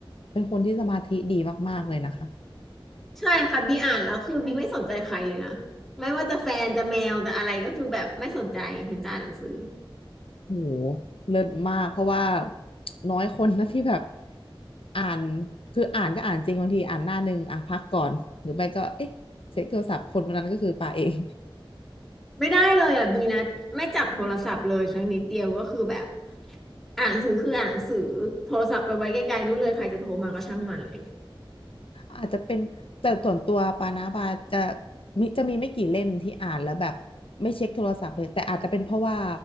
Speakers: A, on the left; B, in the centre.
A: เป็นคนที่สมาธิดีมากๆเลยนะคะ
B: ใช่ค่ะบีอ่านแล้วคือบีไม่สนใจใครเลยนะไม่ว่าจะแฟนจะแมวจะอะไรก็คือแบบไม่สนใจฉันจะอ่านหนังสือ
A: โหเลิศมากเพราะว่าน้อยคนนะที่แบบอ่านคืออ่านก็อ่านจริงบางทีอ่านหน้าหนึ่งอ่ะพักก่อนหรือไม่ก็เอ๊ะเช็คโทรศัพท์คนคนนั้นก็คือป่าเอง
B: ไม่ได้เลยอ่ะบีนะไม่จับโทรศัพท์เลยสักนิดเดียวก็คือแบบอ่านหนังสือคืออ่านหนังสือโทรศัพท์ไปไว้ไกลๆนู่นเลยใครจะโทรมาก็ช่างมันเลย
A: อาจจะเป็นแต่ส่วนตัวปานาบาจะมีจะมีไม่กี่เล่มที่อ่านแล้วแบบไม่เช็คโทรศัพท์เลยแต่อาจจะเป็นเพราะว่า